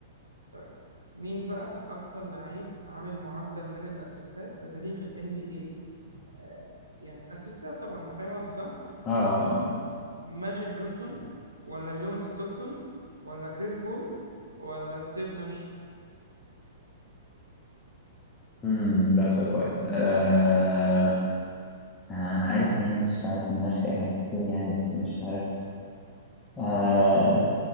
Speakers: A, on the right; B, on the left.
A: طيب مين بقى اكتر لعيب عامل معدل من الاسيستات في تاريخ ال NBA آه يعني اسيستات طبعا فاهم قصدي صح؟
B: اه
A: ماجيك جونسون ولا جون ستوكتون ولا كريس بول ولا ستيف ناش
B: امم لا سؤال كويس آه انا عارف ناس عارف ناس كده كتير يعني بس مش عارف آه